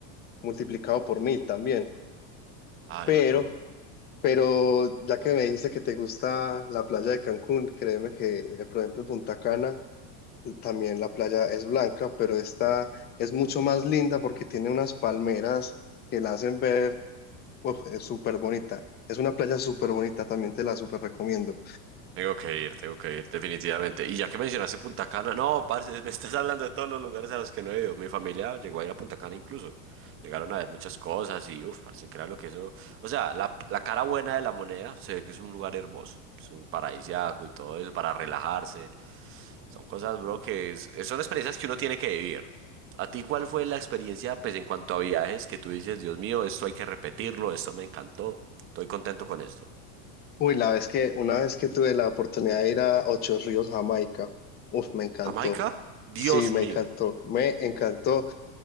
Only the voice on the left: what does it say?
multiplicado por mil también.
Pero,
pero ya que me dijiste que te gusta la playa de Cancún, créeme que, eh, por ejemplo, en Punta Cana también la playa es blanca, pero esta es mucho más linda porque tiene unas palmeras que la hacen ver Uf, es súper bonita. Es una playa súper bonita, también te la súper recomiendo.
Uy, la vez que, una vez que tuve la oportunidad de ir a Ocho Ríos, Jamaica, uf, me encantó.
Sí, me
encantó, me encantó,